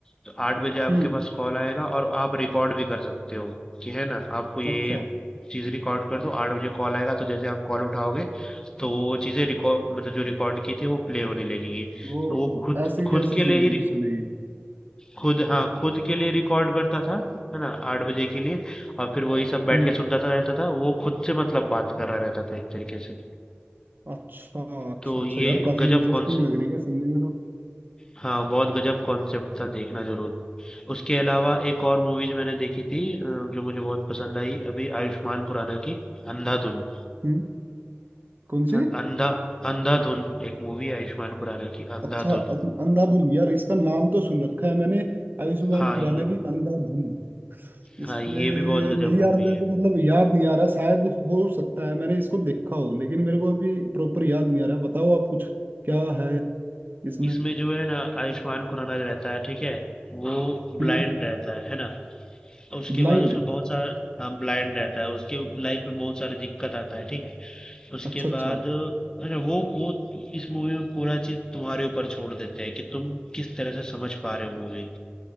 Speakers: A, on the left; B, on the right.
A: तो आठ बजे आपके
B: हम्म
A: पास कॉल आएगा और आप रिकॉर्ड भी कर सकते हो कि है ना आपको ये
B: अच्छा
A: चीज रिकॉर्ड कर दो आठ बजे कॉल आएगा तो जैसे आप कॉल उठाओगे तो वो चीजें रिकॉर्ड मतलब जो रिकॉर्ड की थी वो प्ले होने लगेगी
B: वो
A: तो वो खुद
B: ऐसे
A: खुद
B: की ऐसी
A: के
B: सुने
A: लिए ही
B: सुनेगी
A: खुद हाँ खुद के लिए रिकॉर्ड करता था है ना आठ बजे के लिए और फिर वही सब बैठ
B: हम्म
A: के सुनता था रहता था वो खुद से मतलब बात कर रहा रहता था एक तरीके से
B: अच्छा अच्छा
A: तो
B: अच्छा
A: ये
B: यार काफी
A: गजब
B: इंटरेस्टिंग
A: कॉन्सेप्ट
B: लग रही है सुनने में तो
A: हाँ बहुत गजब कॉन्सेप्ट था देखना जरूर उसके अलावा एक और मूवीज मैंने देखी थी अ, जो मुझे बहुत पसंद आई अभी आयुष्मान खुराना की अंधाधुन
B: हम्म कौन सी
A: अ- अंधा अंधाधुन एक मूवी है आयुष्मान खुराना की अंधाधुन
B: अच्छा अं- अंधाधुन यार इसका नाम तो सुन रखा है मैंने आयुष्मान
A: हाँ
B: खुराना
A: ये
B: की अंधाधुन
A: हाँ
B: इसमें
A: ये भी बहुत गजब
B: नहीं
A: मूवी
B: यार मेरे
A: है
B: को मतलब याद नहीं आ रहा शायद हो सकता है मैंने इसको देखा हो लेकिन मेरे को अभी प्रॉपर याद नहीं आ रहा बताओ आप कुछ क्या है इसमें
A: इसमें जो है ना आयुष्मान खुराना रहता है ठीक है वो
B: हम्म
A: ब्लाइंड रहता है है ना उसके
B: ब्लाइंड
A: बाद उसमें बहुत सारा हाँ ब्लाइंड रहता है उसके लाइफ में बहुत सारी दिक्कत आता है ठीक है उसके
B: अच्छा अच्छा
A: बाद है ना वो वो इस मूवी में पूरा चीज तुम्हारे ऊपर छोड़ देते हैं कि तुम किस तरह से समझ पा रहे हो मूवी